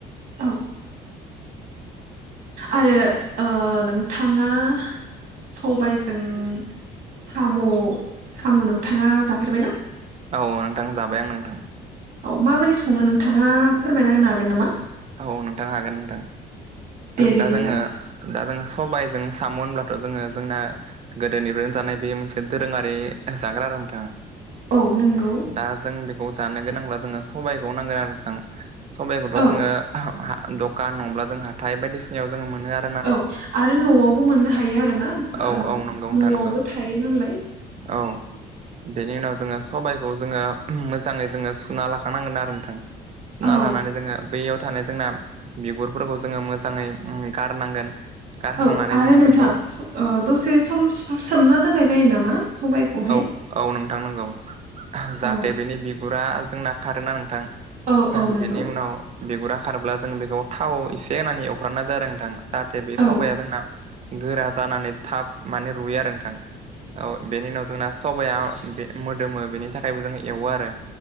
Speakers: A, on the right; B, on the right.
A: औ आरो नोंथाङा सबायजों साम' साम' नोंथाङा जाफेरबायनाा
B: औ नोंथां जाबाय आं नोंथां
A: औ माबोरै सङो नोंथाङा फोरमायना होनो हागोन नामा
B: औ नोंथां हागोन नोंथां
A: दे
B: दा
A: बिदिब्ला
B: जोङो दा जोङो सबबायजों साम' होनब्लाथ' जोङो जोंना गोदोनिफ्रायनो जानाय बे मोनसे दोरोङारि जाग्रा रोंथों
A: औ नंगौ
B: दा जों बे ज गोनां ज सखौ नांगोन स <unintelligible>
A: औ
B: जोङो दखान नङ्ला जों हााइ बायदिसिनायाव जों मोनो आरो
A: औ आरो न'आवबो मोननो हायो आरोना
B: औ औ नंगौ नोंथां
A: न'आवबो
B: नंगौ
A: थायो नालाय बुजबाय
B: औ
A: <inaudible>
B: बेनि जोंओ सबायाइखौ जोङो मोजाङै जोङो सुना लाखांनांगोन आरो नोंथां सुना
A: औ
B: लानानै जोङो बैयाव थानाय जोंना बिगुरफोरखौ जोङो मोजाङै गारनांगोन गारहांनानै
A: औ आरो
B: जोङो
A: नोंथां
B: बेखौ <inaudible>
A: दसे सम सोमना दोननाय जायो नामा सबायखौहाय
B: औ नोंथां नंगौ जाहाथे
A: औ
B: बेनि बिगुरा जोंना खारोना नोंथां
A: औ औ नंगौ
B: बेनि उनाव बिगुरा खारब्ला जों बेखौ थाव एसे होनानै एवफ्र्राननाय जादों नोंथांा जाहाथे बे
A: औ
B: सबाया जोंना गोरा जानानै थाब माने रुयो आरो नोंथां औ बेनि उनाव जोंना सबाया बे मोदोमो बेनि थाखायबो जों एवो आरो-